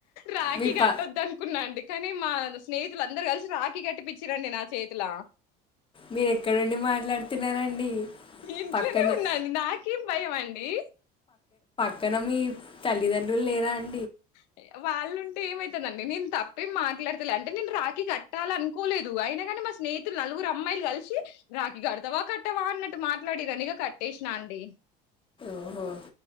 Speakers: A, on the left; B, on the left.
A: రాఖీ
B: మీ
A: కట్టొదు
B: ప
A: అనుకున్నా అండి కాని మా స్నేహితులు అందరూ కలిసి రాఖీ కట్టిపిచ్చిర్రండి నా చేతిల
B: మీరెక్కడుండి మాట్లాడుతున్నారండి
A: ఇంట్లోనే
B: పక్కన
A: ఉన్నా అండి నా కిం భయం అండి
B: క్కన మీ తల్లిదండ్రులు లేరా అం
A: అ వాళ్ళుంటే ఏమైతదండి నేను తప్పేం మాట్లాడతలే అంటే నేను రాఖీ కట్టాలనుకోలేదు అయినా కాని మా స్నేహితులు నలుగురు అమ్మాయిలు కలిసి రాఖీ కడతావా కట్టవా అన్నట్టు మాట్లాడిర్రనిగ కట్టేసినా అండి
B: ఓహో